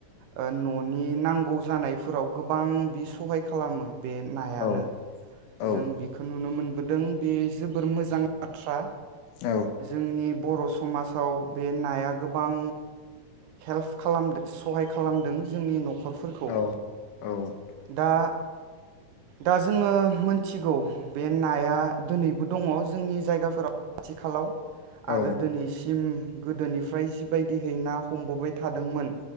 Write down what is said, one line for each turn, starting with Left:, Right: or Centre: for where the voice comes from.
Right: ओ न'नि नांगौ जानायफोराव गोबां बि सहाय खालामो बे नायानो
Left: औ औ
Right: जों बेखौ नुनो मोनदों बोदों बे जोबोर मोजां बा <inaudible> थ्रा
Left: औ
Right: जोंनि बरस समाजाव बे नाया गोबां हेल्प खालामदों सहाय खालामदों जोंनि नखर खरफोरखौ
Left: औ औ
Right: दा दा जोङो मोनथिगौ बे नाया दिनैबो दङ जोंनि जायगाफोराव <inaudible> आथिखालाव
Left: औ
Right: आरो दिनैसिम गोदोनिफ्राय जिबायदिहै ना हमबोबाय थादोंमोन